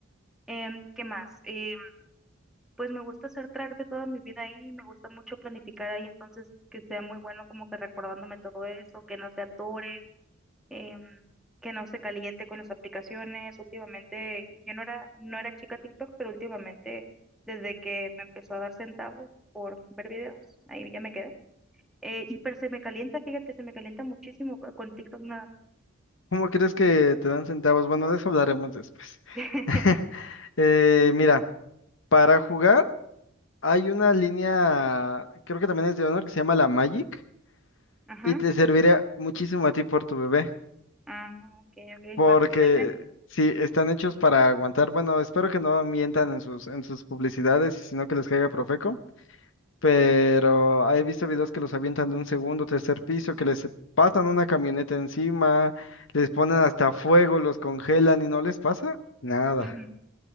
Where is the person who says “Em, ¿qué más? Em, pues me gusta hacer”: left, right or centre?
Centre